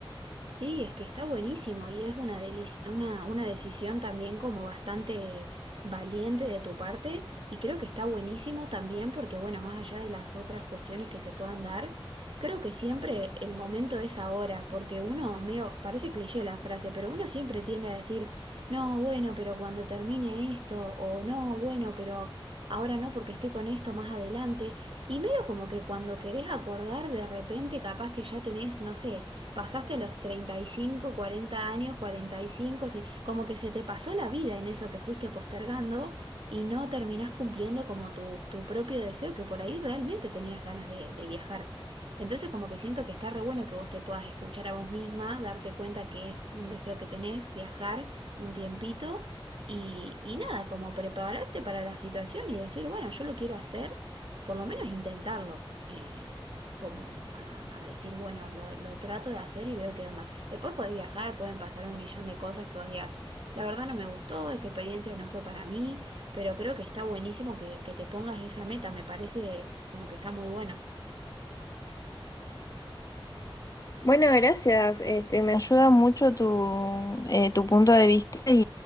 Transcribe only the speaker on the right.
Sí, es que está buenísimo y es una, delici- una, una decisión también como bastante valiente de tu parte y creo que está buenísimo también porque, bueno, más allá de las otras cuestiones que se puedan dar, creo que siempre el momento es ahora porque uno, medio, parece cliché la frase, pero uno siempre tiende a decir, no, bueno, pero cuando termine esto o no, bueno, pero ahora no porque estoy con esto más adelante y medio como que cuando querés acordar de repente capaz que ya tenés, no sé pasaste los 35, 40 años, 45, sí, como que se te pasó la vida en eso que fuiste postergando y no terminás cumpliendo como tu, tu propio deseo, que por ahí realmente tenías ganas de, de viajar. Entonces como que siento que está re bueno que vos te puedas escuchar a vos misma, darte cuenta que es un deseo que tenés, viajar un tiempito y, y nada, como prepararte para la situación y decir, bueno, yo lo quiero hacer, por lo menos intentarlo. Eh, como a, a decir, bueno, lo, lo trato de hacer y veo qué onda. Después podés viajar, pueden pasar un millón de cosas que vos digas, la verdad no me gustó, esta experiencia no fue para mí, pero creo que está buenísimo que, que te pongas esa meta, me parece como que está muy bueno.